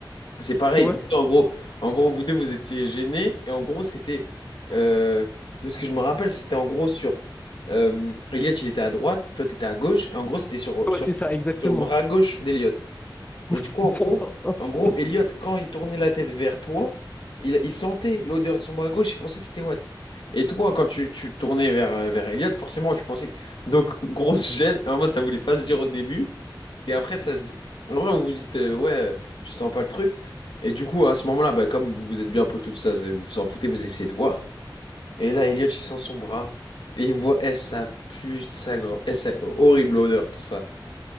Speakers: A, on the left (about 80°); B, on the left (about 20°).
A: c'est pareil,
B: ouais,
A: vous deux, en gros, en gros, vous deux, vous étiez gênés, et en gros, c'était, euh, de ce que je me rappelle, c'était en gros sur, euh, Elliot, il était à droite, toi, t'étais à gauche, et en gros, c'était sur,
B: ouais,
A: sur,
B: c'est ça, exactement.
A: sur le bras gauche d'Elliot.
B: <laughs>
A: Et du coup, en gros, en gros, Elliot, quand il tournait la tête vers toi, il, il sentait l'odeur de son bras gauche, il pensait que c'était Watt. Et toi, quand tu, tu tournais vers, euh, vers Elliot, forcément, tu pensais que... Donc, grosse gêne, en mode, ça voulait pas se dire au début. Et après, ça se dit- En vrai, vous vous dites, euh, ouais, euh, tu sens pas le truc. Et du coup, à ce moment-là, bah, comme vous êtes bien potes, tout ça, c'est- vous vous en foutez, vous essayez de voir. Et là, Elliot, il sent son bras. Et il voit, eh, ça pue, ça grand. Eh, ça... horrible odeur, tout ça.